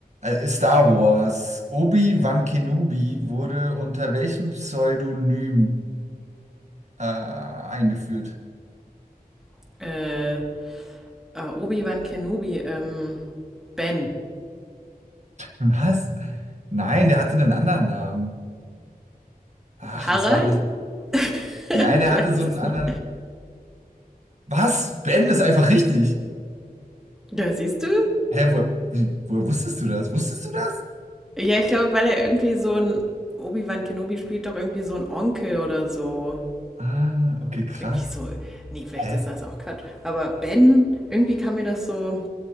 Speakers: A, on the right (about 50°); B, in the centre.
A: Äh, Star Wars. Obi-Wan Kenobi wurde unter welchem Pseudonym äh, eingeführt?
B: <laughs> äh, ah, Obi-Wan Kenobi, ähm, Ben.
A: Was? Nein, der hatte einen anderen Namen. Ach,
B: Harald?
A: was war denn das?
B: <laughs>
A: Nein,
B: ich
A: der
B: weiß
A: hatte so einen
B: es
A: anderen.
B: nicht.
A: Was? Ben ist einfach richtig.
B: Ja, siehst du?
A: Hä, wo, wie, woher wusstest du das? Wusstest du das?
B: Ja, ich glaube, weil er irgendwie so ein. Obi-Wan Kenobi spielt doch irgendwie so ein Onkel oder so.
A: Ah, okay, krass.
B: Irgendwie so. Nee, vielleicht
A: Hä?
B: ist das auch Quatsch. Aber Ben, irgendwie kam mir das so